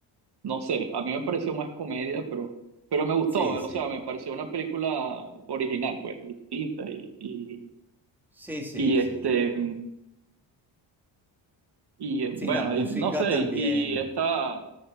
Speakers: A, on the right; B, in the centre.
A: no sé, a mí me pareció más comedia, pero, pero me gustó,
B: Sí, sí,
A: o sea, me pareció una película original, pues, distinta y, y,
B: sí, sí,
A: y,
B: sí.
A: este, y eh,
B: Sí,
A: bueno,
B: la música
A: y no sé,
B: también.
A: y, y esta,